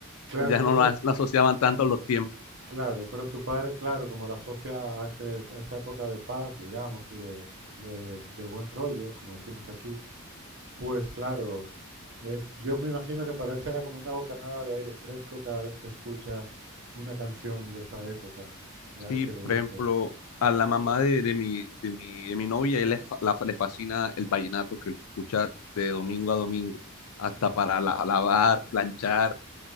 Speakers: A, on the right; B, on the left.
A: Claro,
B: ya
A: entonces,
B: no lo, as- lo asociaban tanto a los tiempos.
A: claro, pero tu padre, claro, como lo asocia a, ese- a esa época de paz, digamos, y de, de- de buen rollo, como decimos aquí, pues claro, es, yo me imagino que para él será como una bocanada de aire fresco cada vez que escucha una canción de esa época, de al
B: Sí,
A: que
B: por
A: le guste.
B: ejemplo, a la mamá de, de mi, de mi, de mi novia, él le, fa- la- le fascina el vallenato que lo escucha de domingo a domingo, hasta para la- lavar, planchar,